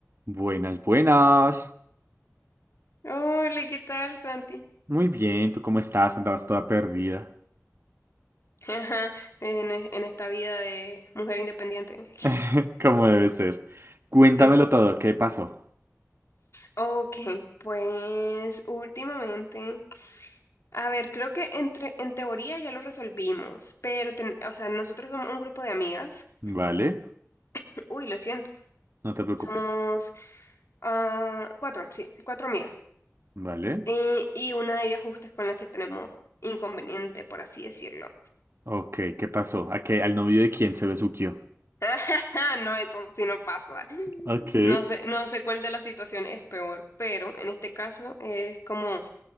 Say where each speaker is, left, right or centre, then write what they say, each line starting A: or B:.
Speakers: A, on the right (about 50°); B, on the left (about 60°).
A: Buenas, buenas.
B: Hola, ¿qué tal, Santi?
A: Muy bien, ¿tú cómo estás? Andabas toda perdida.
B: <laughs> Ajá, en, e- en esta vida de mujer independiente. <laughs>
A: <laughs> ¿Cómo debe ser? Cuéntamelo
B: Sí.
A: todo, ¿qué pasó?
B: Ok, pues últimamente, a ver, creo que entre, en teoría ya lo resolvimos, pero, ten- o sea, nosotros somos un grupo de amigas.
A: Vale,
B: <clears throat> Uy, lo siento.
A: no te preocupes.
B: Somos ah, cuatro, sí, cuatro amigas.
A: Vale.
B: Eh, y una de ellas justo es con la que tenemos inconveniente, por así decirlo.
A: Ok, ¿qué pasó? ¿A qué? ¿Al novio de quién se besuqueó?
B: <laughs> Ah, no, eso sí no pasa.
A: Ok.
B: No sé, no sé cuál de las situaciones es peor, pero en este caso es como